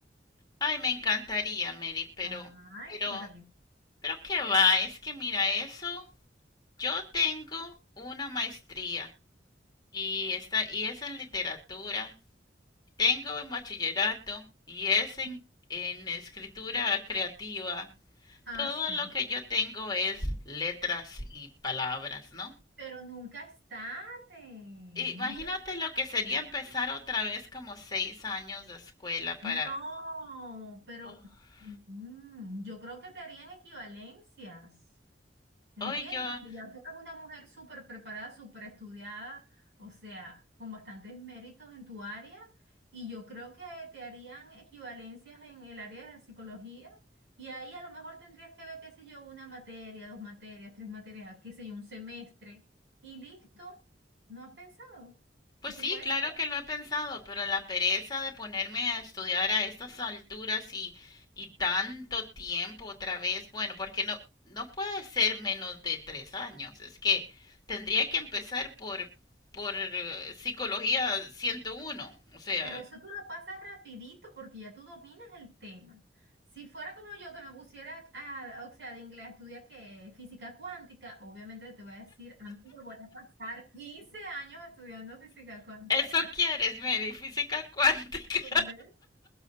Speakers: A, on the left; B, on the right.
A: Ay, me encantaría, Mary, pero,
B: Ay,
A: pero,
B: qué maravilla.
A: pero qué va, es que mira, eso Yo tengo una maestría y, está, y es en literatura, tengo en bachillerato y es en,
B: Ujú.
A: en escritura creativa.
B: Ah,
A: Todo
B: sí.
A: lo que yo tengo es letras y palabras, ¿no?
B: Pero nunca es tarde, nunca
A: Imagínate
B: es tarde.
A: lo que sería empezar otra vez como seis años de escuela para...
B: No, pero
A: Oh,
B: mm, yo creo que te harían equivalencias, ¿entiendes?
A: Hoy yo
B: Porque ya tú eres una mujer súper preparada, súper estudiada, o sea, con bastantes méritos en tu área, y yo creo que te harían equivalencias en el área de la psicología, y ahí a lo mejor tendrías que ver, qué sé yo, una materia, dos materias, tres materias, qué sé yo, un semestre, y listo, ¿no has pensado?
A: Pues
B: Eso
A: sí,
B: puede
A: claro
B: ser.
A: que lo he pensado, pero la pereza de ponerme a estudiar a estas alturas y, y tanto tiempo otra vez, bueno, porque no, no puede ser menos de tres años, es que tendría que empezar por, por eh, psicología 101, o sea,
B: Pero eso tú lo pasas rapidito porque ya tú dominas el tema. Si fuera como yo que me pusiera, a- o sea, de inglés a estudiar que física cuántica, obviamente te voy a decir, amiga, voy a pasar 15 años estudiando física cuántica.
A: eso
B: <laughs>
A: quieres, Mary, física cuántica,
B: ¿Entendés?